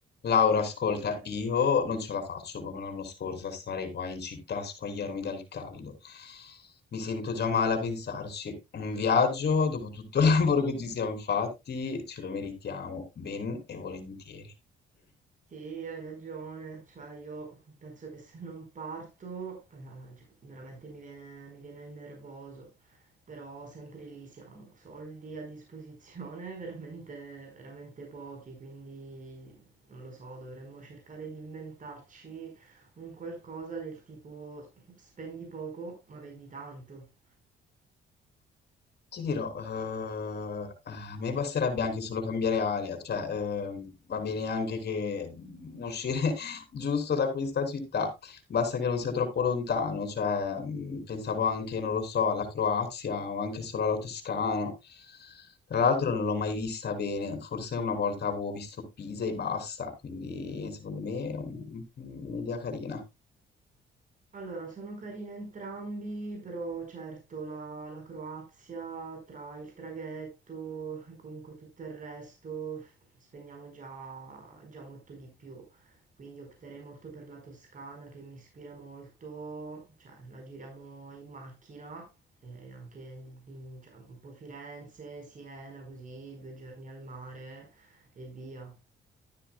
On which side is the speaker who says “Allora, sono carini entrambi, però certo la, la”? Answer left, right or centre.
Right